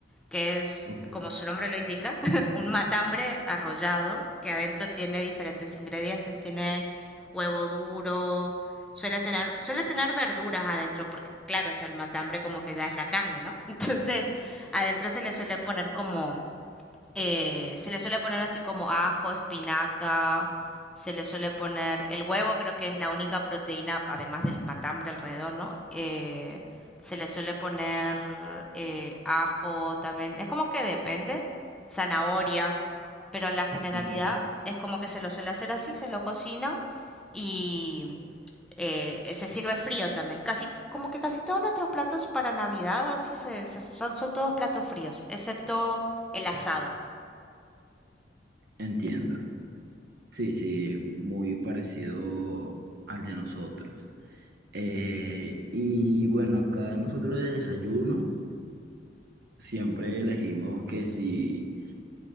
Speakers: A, in the centre; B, on the right.
A: que es,
B: Ok, ok.
A: como su nombre lo indica, <laughs> un matambre arrollado que adentro tiene diferentes ingredientes. Tiene huevo duro, suele tener, suele tener verduras adentro, porque claro, o sea, el matambre como que ya es la carne, ¿no? <laughs> Entonces, adentro se le suele poner como eh, se le suele poner así como ajo, espinaca, se le suele poner el huevo, creo que es la única proteína, además del matambre alrededor, ¿no? Eh, se le suele poner eh, ajo también, es como que depende, zanahoria, pero en la generalidad
B: ok.
A: es como que se lo suele hacer así, se lo cocina y eh, se sirve frío también. Casi, como que casi todos nuestros platos para Navidad así se, se- son, son todos platos fríos, excepto el asado.
B: Entiendo. Sí, sí, muy parecido al de nosotros. Eh, y bueno, acá nosotros de desayuno siempre elegimos que si